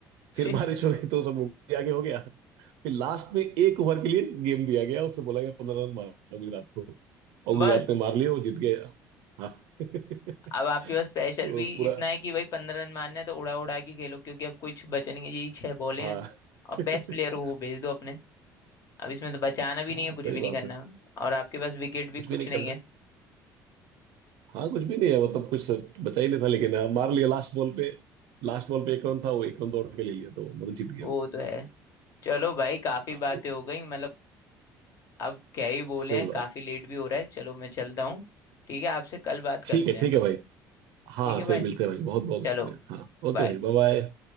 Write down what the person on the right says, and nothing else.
फिर
बारिश हो गई तो सब मुंबई आगे हो गया फिर लास्ट में एक ओवर के लिए गेम दिया गया उससे बोला गया पंद्रह रन मारो गुजरात को और गुजरात
ने मार लिया वो जीत गया हाँ <laughs>
तो
पूरा
हाँ
<laughs>
हाँ
सही
बात
है
कुछ भी
नहीं करना
हाँ कुछ भी नहीं है मतलब कुछ बचा ही नहीं था लेकिन हाँ, मार लिया लास्ट बॉल पे लास्ट बॉल पे एक रन था वो एक रन दौड़ के ले लिया तो मतलब जीत गया
वो
हाँ
ये-
सही
बात
ठीक है
ठीक है भाई हाँ
फिर मिलते हैं भाई बहुत बहुत
शुक्रिया हाँ ओके
भाई बाय बाय